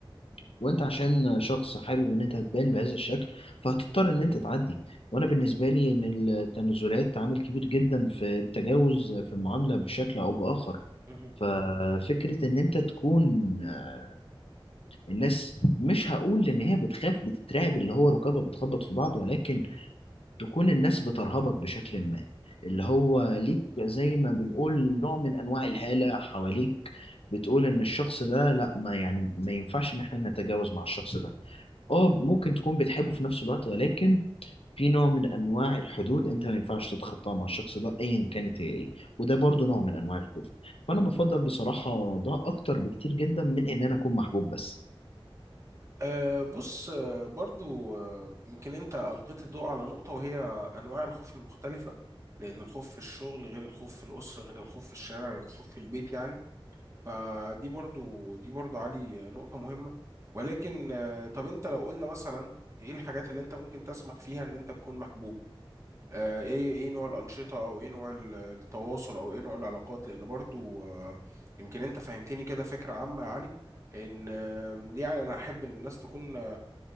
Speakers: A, on the left (about 85°); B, on the right (about 30°).
A: وانت عشان شخص حابب ان انت تبان بهذا الشكل فهتضطر ان انت تعدي وانا بالنسبة لي ان التنازلات عامل كبير جدا في التجاوز في المعاملة بشكل او بآخر
B: <laughs>
A: ففكرة إن أنت تكون آه، الناس مش هقول إن هي بتخاف بتترعب اللي هو ركابها بتخبط في بعض ولكن تكون الناس بترهبك بشكل ما اللي هو ليك زي ما بنقول نوع من أنواع الهالة حواليك بتقول إن الشخص ده لأ ما يعني ما ينفعش إن إحنا نتجاوز مع الشخص ده اه ممكن تكون بتحبه في نفس الوقت ولكن في نوع من انواع الحدود انت ما ينفعش تتخطاها مع الشخص ده ايا كانت هي ايه وده برضو نوع من انواع الخوف فانا بفضل بصراحه ده اكتر بكتير جدا من ان انا اكون محبوب بس
B: أه بص أه برضو أه يمكن انت ألقيت الضوء على نقطة وهي أنواع الخوف المختلفة لأن الخوف في الشغل غير الخوف في الأسرة غير الخوف في الشارع غير الخوف في البيت يعني فدي برضو دي برضو علي نقطة مهمة ولكن أه طب انت لو قلنا مثلا ايه الحاجات اللي انت ممكن تسمح فيها ان انت تكون محبوب أه ايه ايه نوع الأنشطة او ايه نوع ال- التواصل او ايه نوع العلاقات لأن برضو أه يمكن انت فهمتني كده فكرة عامة يا علي ان آه، يعني انا احب ان الناس تكون